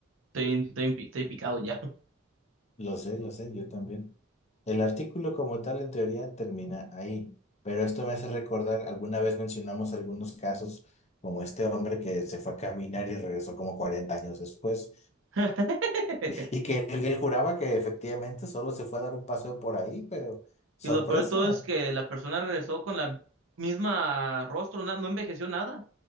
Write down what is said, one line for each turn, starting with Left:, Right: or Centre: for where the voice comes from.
Right: Estoy, estoy, pi- estoy picado ya.
Left: Lo sé, lo sé, yo también. El artículo como tal en teoría termina ahí, pero esto me hace recordar, alguna vez mencionamos algunos casos como este hombre que se fue a caminar y regresó como 40 años después,
Right: <laughs>
Left: y que él, él juraba que efectivamente solo se fue a dar un paseo por ahí, pero sorpresa.
Right: Y lo peor de todo es que la persona regresó con la misma rostro, na- no envejeció nada.